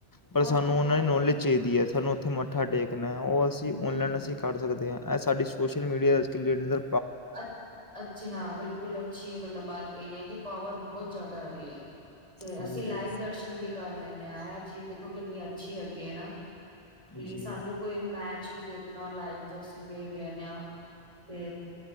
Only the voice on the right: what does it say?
ਹਾਂ
ਉਹ
ਤਾਂ
ਹੈ ਹੀ
ਹਮ।
ਅੱ ਅੱਛੀ ਹਾਂ ਬਿਲਕੁਲ ਅੱਛੀ ਮਤਲਬ ਬਾਤ ਕਹੀਏ ਕਿ ਪਾਵਰ ਬਹੁਤ ਜਿਆਦਾ ਆਗੀਈ ਹੈ ਤੇ
ਅਸੀਂ ਲਾਈਵ ਦਰਸ਼ਨ ਵੀ ਕਰ ਲੈਂਨੇ ਆਂ ਐ ਚੀਜ ਵਿ ਕਿੰਨੀ ਅੱਛੀ ਹੈਗੀ ਹੈ ਨਾ ਕਿ
ਸਾਨੂੰ ਕੋਈ ਮੈਚ ਵੀ ਦੇਖ ਨੋ ਲਾਈਵ ਤੋਂ ਅਸੀਂ ਦੇਖ ਲੈਂਨੇ ਆਂ ਤੇ